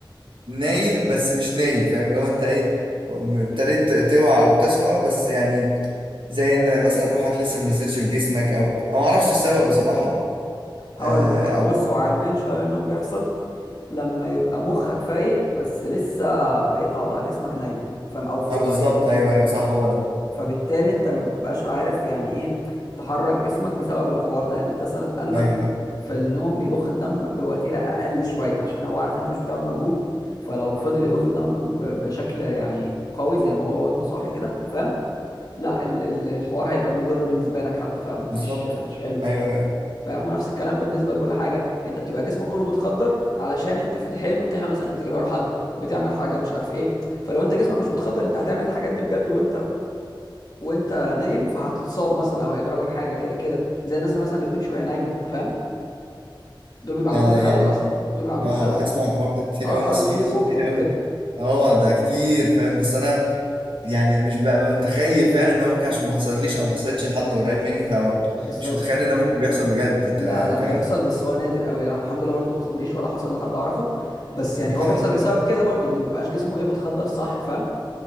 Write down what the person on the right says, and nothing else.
نايم بس مش نايم فاهم اللي هو انت ايه ابتديت توعى او تصحى بس يعني زي ان مثلا روحك لسه ما نزلتش في جسمك او او معرفش السبب بصراحة
آه،
او
او
بالظبط
ايوه ايوه صح هو ده
ايوه ايوه
بالظبط
ايوه ايوه
يعني
يعني
اه
اسمع الحوار ده كتير
قوي ناس
في ناس
كتير قوي
اه ده كتير فاهم بس انا يعني مش ببقى متخيل فعلا ان هو ممكن عشان ما حصلتليش او ما حصلتش لحد قريب مني فمش
متخيل ان ده ممكن بيحصل
بجد انت
يعني
فاهم
طب
الحمد
لله